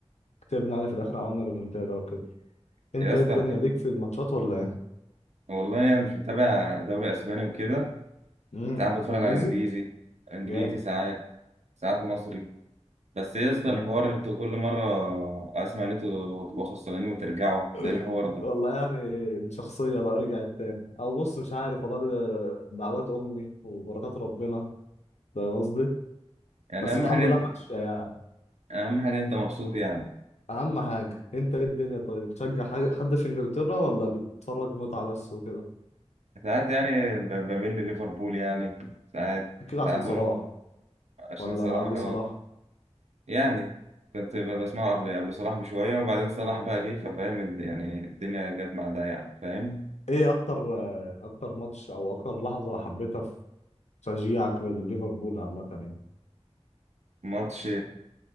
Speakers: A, on the left (about 80°); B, on the right (about 85°).
A: كسبنا يعني في الاخر عملنا ريمونتادا وكده انت
B: يا اسطى
A: ايه الدنيا
B: على فكرة
A: ليك في الماتشات ولا ايه
B: والله يعني مش متابع دوري اسباني وكده
A: امم
B: ساعات بتفرج
A: انجليزي
B: على انجليزي انجليزي
A: جامد
B: ساعات ساعات مصري بس يا اسطى
A: مم.
B: الحوار اللي انتوا كل مرة اسمع ان انتوا تبقوا خسرانين وترجعوا
A: <laughs>
B: ده إيه الحوار ده
A: والله يعني الشخصية بقى رجعت تاني أو بص مش عارف والله ده دعوات أمي وبركات ربنا فاهم قصدي
B: يعني
A: بس
B: اهم
A: الحمد
B: حاجة
A: لله ماشية يعني
B: اهم حاجة انت مبسوط يعني
A: أهم حاجة أنت إيه الدنيا طيب بتشجع حاجة- حد في إنجلترا ولا بتتفرج متعة بس وكده
B: ساعات يعني ب- بميل لليفربول يعني ساعات
A: أكيد عشان
B: ساعات
A: صلاح
B: بممكن عشان
A: ولا
B: صلاح
A: قبل
B: اه
A: صلاح
B: يعني كنت ب- بسمعه قبل قبل صلاح بشوية وبعدين صلاح بقى جه ففاهم ال- يعني الدنيا جت مع ده يعني فاهم
A: إيه أكتر أكتر ماتش أو أكتر لحظة حبيتها في تشجيعك لليفربول عامة يعني
B: ماتش